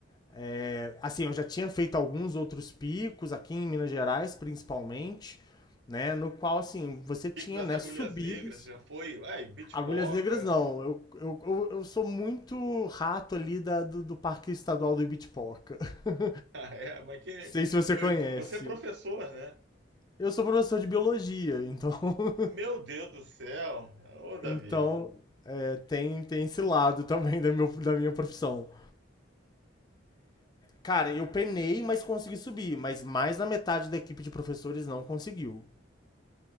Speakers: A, on the left; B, on the right.
A: É, assim, eu já tinha feito alguns outros picos aqui em Minas Gerais, principalmente, né? No qual, assim, você tinha,
B: Pico das
A: né,
B: Agulhas
A: subidas.
B: Negras, já foi? Ai, Bitpoca.
A: Agulhas Negras, não.
B: <laughs>
A: Eu, eu, eu, eu sou muito rato ali da, do, do Parque Estadual do Ibitipoca. <laughs>
B: Ah, é, mas que.
A: Sei se você
B: Pô,
A: conhece.
B: você é professor, né?
A: Eu sou professor de biologia, então, <laughs>
B: Meu Deus do céu! Ô, Davi,
A: então é, tem, tem esse lado também da, meu, da minha profissão. Cara, eu penei, mas consegui subir. Mas mais da metade da equipe de professores não conseguiu.